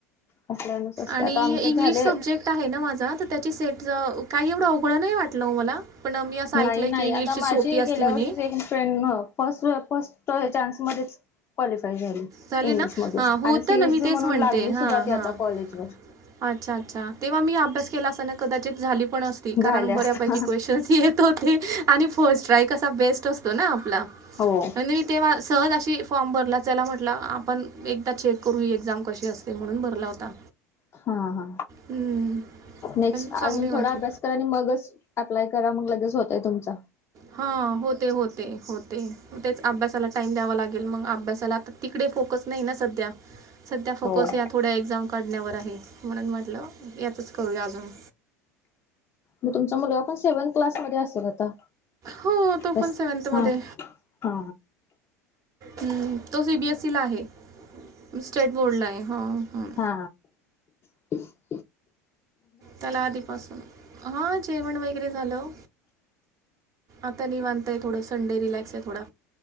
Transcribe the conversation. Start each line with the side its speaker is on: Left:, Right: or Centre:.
Left: ऑफलाईनच असते
Right: आणि
Left: आता आमच्यात
Right: इंग्लिश
Left: झाले
Right: सब्जेक्ट आहे ना माझा तर त्याची सेट काही एवढं अवघडं नाही वाटलं मला पण मी असं ऐकलं
Left: नाही
Right: आहे
Left: नाही
Right: की इंग्लिशची
Left: आता माझी
Right: सोपी असते
Left: गेल्या
Right: म्हणे
Left: वर्षीच एक फ्रेंड मग फस् फर्स्ट चान्समध्येच क्वालिफाय झाली
Right: झाली
Left: इंग्लिश
Right: ना
Left: मधून
Right: हां होतं
Left: आणि सीएच
Right: ना मी
Left: बी
Right: तेच
Left: म्हणून
Right: म्हणते
Left: लागली
Right: हां
Left: सुद्धा ती
Right: हां
Left: आता कॉलेजवर
Right: अच्छा अच्छा तेव्हा मी अभ्यास केला असताना कदाचित झाली पण अस कारण
Left: झाले असता
Right: बऱ्यापैकी क्वेशन येत होते आणि फर्स्ट ट्राय कसा बेस्ट असतो ना आपला
Left: होओ
Right: म्हणजे मी तेव्हा सहज अशी फॉर्म भरला चला म्हटलं आपण एकदा चेक करू ही एक्झाम कशी असते म्हणून भरला होता
Left: हा हा
Right: हम्म
Left: नेक्स्ट
Right: पण चांगली
Left: अजुन
Right: माहिती
Left: थोडा अभ्यास तर आणि मगच अप्लाय करा मग लगेच होतय तुमच
Right: हा होते होते हो तेग तेच अभ्यासाला टाइम द्यावा लागेल मग अभ्यासाला आता तीकडे फोकस नाही ना सध्या सध्या फोकस
Left: हो
Right: या थोड्या एक्झाम काढण्यावर आहे म्हणून म्हटलं यातच करूया अजून
Left: मग तुमचा मुलगा पण सेव्हन्थ क्लासमध्येध्ये असेल आता
Right: हो तो
Left: बस
Right: पण सेवन्थमध्ये
Left: हा हा
Right: हम्म तो सीबीएसई ला आहे स्टेट बोर्ड ला आहे हा ह
Left: हा ह
Right: त्याला आधीपासून हा जेवण वगैरे झालं आता नाहीी मानताय थोडं संडे रिलॅक्स आहे थोडा